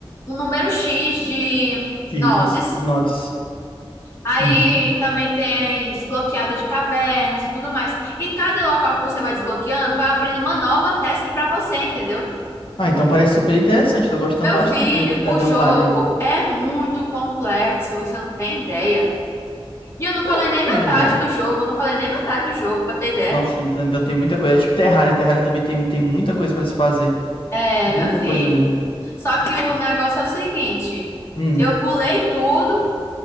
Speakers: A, on the left; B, on the left.
A: um- um número X de
B: De
A: nozes.
B: itens, de nozes.
A: Aí
B: Uhum.
A: também tem desbloqueada de cavernas e tudo mais. E cada local que você vai desbloqueando vai abrindo uma nova task para você, entendeu?
B: Ah, então parece super interessante. Tô gostando
A: Meu
B: bastante
A: filho,
B: desse Stardew
A: o jogo
B: Valley. Lu.
A: é muito complexo, você não tem ideia. E eu não falei
B: Não, eu tô
A: nem
B: tendo
A: metade
B: ainda.
A: do jogo, eu não falei nem metade do jogo, pra ter ideia.
B: Nossa, então ainda tem muita coisa. É tipo Terraria. Terraria também tem, tem muita coisa pra se fazer.
A: É,
B: Muita
A: meu filho.
B: coisa mesmo.
A: Só que o negócio é o seguinte:
B: Hum.
A: eu pulei tudo